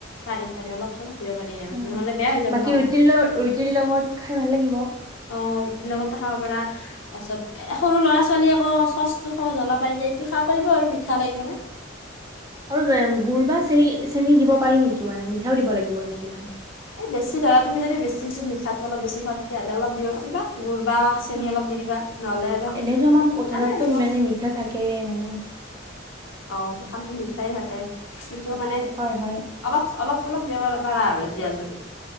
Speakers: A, on the left; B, on the right.
A: পাৰি পাৰি অলপ চলপ দিব পাৰিম আৰু,
B: উম,
A: নহ'লে বেয়া হৈ যাব
B: বাকী
A: ন।
B: ৰুটিৰ লগ ৰুটিৰ লগত খাই ভাল লাগিব।
A: অ ৰুটিৰ লগতো খাব পৰা, তাৰপিছত সৰু ল'ৰা ছোৱালী আকৌ চচটো খাব জ্বলা পাই যায়, এইটো খাব পাৰিব আৰু মিঠা লাগিব নে।
B: আৰু গুৰ বা চেনি চেনি দিব পাৰি নেকি? মানে মিঠাও দিব লাগিব নেকি? মানে
A: এই বেছি ধৰা তুমি যদি বেছি যদি মিঠাটো অলপ বেছি খা তেতিয়াহ'লে অলপ দিব পাৰিবা গুৰ বা চেনী
B: অ,
A: অলপ দি দিবা, নহ'লে আৰু
B: এনেইতো আমাৰ কঁঠালতটো
A: নালাগে দিব।
B: মানে মিঠা থাকেই মানে।
A: অ কঁঠালতো মিঠাই থাকে। কিন্ত মানে
B: হয়, হয়।
A: অলপ অলপ-চলপ দিব পা পাৰা আৰু দিয়া যদি।